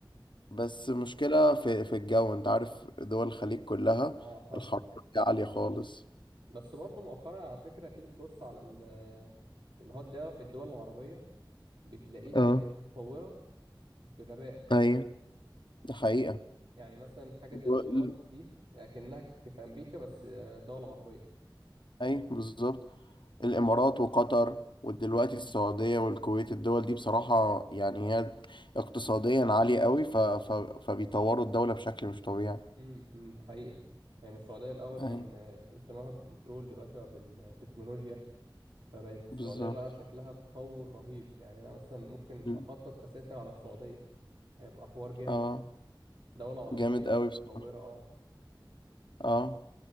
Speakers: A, on the left; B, on the right.
A: بس مشكله في في الجو انت عارف دول الخليج كلها
B: اه حر
A: الحراره فيها عاليه خالص
B: بس برضو مؤخرا على فكره تيجي تبص على ال- اللي هو الد- الدول العربيه بتلاقيها
A: اه
B: بقت متطوره بغباء
A: ايوه دي حقيقه
B: يعني مثلا حاجه زي
A: دول...
B: الامارات دي لكنها في امريكا بس آه، دول عربيه
A: ايوه بالظبط الإمارات وقطر ودلوقتي السعودية والكويت الدول دي بصراحة يعني هي اقتصاديا عالية قوي ف... ف... فبيطوروا الدولة بشكل مش طبيعي
B: امم أمم، دي حقيقة يعني السعودية الأول كان
A: أيوة
B: آه، اهتمامها بالبترول دلوقتي بقى بالتكنولوجيا فبقت السعودية
A: بالظبط
B: بقى شكلها تطور رهيب يعني أنا مثلا ممكن
A: مم.
B: أخطط أسافر على السعودية هيبقى حوار جامد
A: اه
B: دولة عربية
A: جامد
B: ومتطورة
A: قوي بصراحة
B: اه
A: اه